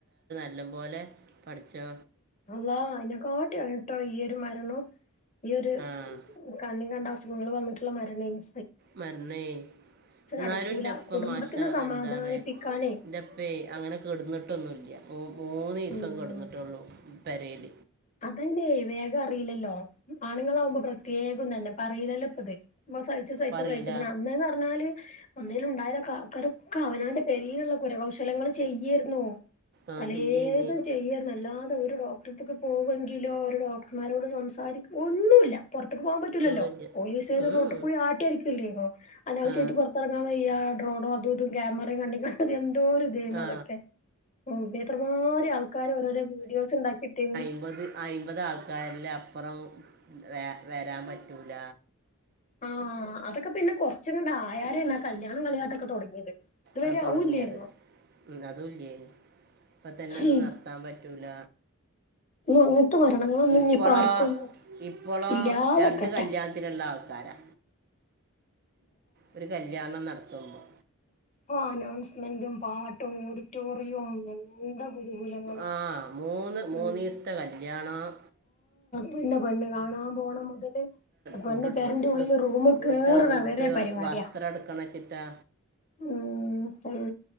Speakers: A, on the right (about 45°); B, on the left (about 30°).
A: ല്ലം പോലെ പഠച്ചോ
B: അള്ളാ അയിനെക്കാട്ടിയാണ് ട്ടോ ഈ ഒരു മ <inaudible> ഈ ഒരു
A: ആ
B: കാല രണ്ട് അസുഖങ്ങൾ വന്നിട്ടുള്ള മരണേനി
A: മരണേ എന്നാലും
B: അടക്കൂല
A: എന്റെപ്പ
B: കുടുംബത്തിനെ
A: മാഷാ
B: സമാധാനിപ്പിക്കാനേ
A: എന്താണ് ഇൻ്റെപ്പേ അങ്ങനെ കെടുന്നിട്ടൊന്നുല്ല <inaudible> മൂന്നീസം
B: ഉം
A: കിടന്നിട്ടുള്ളൂ പെരേൽ
B: അതന്നെ വേഗം അറിയില്ലല്ലോ ആണുങ്ങളാവുമ്പോ പ്രത്യേകം തന്നെ പറയില്ലല്ലോ ഇപ്പത് അ സഹിച്ചു സഹിച്ചു
A: പറയില്ല
B: സഹച്ച പിന്നെ അന്ന്ന്ന് പറഞ്ഞാല് ഒന്നിലുണ്ടായാലൊക്കെ ആക്കാരൊക്കെ അവനവന്റെ പേരിയിലുള്ള കുരകൗശലങ്ങൾ ചെയ്യേരുന്നൂ
A: ആ
B: പലേതും
A: ചെയ്യുന്നേ
B: ചെയ്യേര്ന്നു എല്ലാ ഒരു ഡോക്ടർക്ക് ഇ പോകുമെങ്കിലോ ഒരു ഡോക്ടർമാരോട് സംസാരിക്ക ഒന്നുല്ല പൊറത്ത്ക്ക് പോകാൻ പറ്റൂലല്ലോ
A: ഒന്നുമില്ല
B: പോലീസ്കാര്
A: ഉം.
B: റോട്ട് കൂടെ ആട്ടി അടിക്കല്ലേനോ അനാവശ്യായിട്ട്
A: ആ
B: പൊറത്തെങ്ങാൻ വയ്യ ഡ്രോണോ അതും ഇതും ക്യാമറിം കണ്ണിക അതെന്തോരു ഇതേന്നു
A: ആ
B: അതൊക്കെ ഓ എത്രമാരി ആൾക്കാരെ ഓരോരോ വീഡിയോസ് ഇണ്ടാക്കി ഇട്ടിന്നെ
A: അമ്പത് അയിമ്പത് ആൾക്കാരില്ല അപ്പറം വ വരാൻ പറ്റൂല
B: ആഹ് അതൊക്കെ പിന്നെ കൊറച്ച്ങ്ങട്ട് ആയാരെണ് ആ കല്യാണം കളിയാട്ടൊക്കെ തൊടങ്ങിയത് ഇതുവരെ
A: ആ തൊടങ്ങിയത്
B: അവുല്ലേരുന്നു
A: ഉം അതുല്ലേനി ഇപ്പ തന്നെ ഒന്നും
B: ഇനി
A: നടത്താൻ പറ്റൂല
B: അങ്ങനത്തെ മരണങ്ങളൊന്നും
A: ഇപ്പളോ
B: ഇനിയിപ്പ ആർക്കൊന്നും
A: ഇപ്പളോ
B: ഇല്ലാതെക്കട്ടെ
A: രണ്ട് കല്യാണത്തിന്ള്ള ആൾക്കാരാ ഒരു കല്യാണം നടത്തുമ്പോൾ
B: ഓ അനൗൺസ്മെന്റും പാട്ടും ഓഡിറ്റോറിയവും എന്താ ഗുരുകുലങ്ങള്
A: ആഹ് മൂന്ന് മൂന്നീസ്ത്തെ
B: ഉം
A: കല്യാണം ആ
B: പിന്നെ പെണ്ണ് കാണാൻ പോണ മുതല് പെണ്ണ്
A: കൂട്ട്
B: പേരന്റെ
A: ഡ്രസ്സ്
B: ഉള്ളില് റൂമിൽ കേറ്ണ
A: എത്ര കൂട്ട്
B: വരെ പരിപാടിയാ
A: വസ്ത്രം എടുക്കണം വെച്ചിട്ടാ
B: ഉം പ